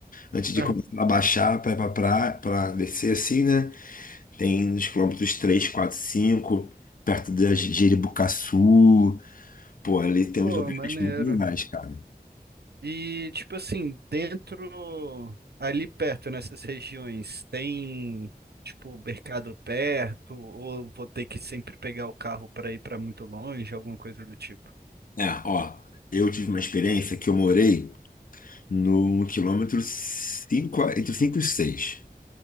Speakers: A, on the left; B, on the right.
A: antes de
B: Ah,
A: começar a baixar para para para descer assim, né? Tem nos quilômetros 3 4 5 perto da Jeribucaçu, pô, ali tem
B: Pô,
A: uns lugares
B: maneiro.
A: muito legais, cara.
B: E, tipo assim, dentro, ali perto, nessas regiões, tem, tipo, mercado perto, ou vou ter que sempre pegar o carro para ir para muito longe, alguma coisa do tipo?
A: É, ó, eu tive uma experiência que eu morei no quilômetro 5 entre cinco e seis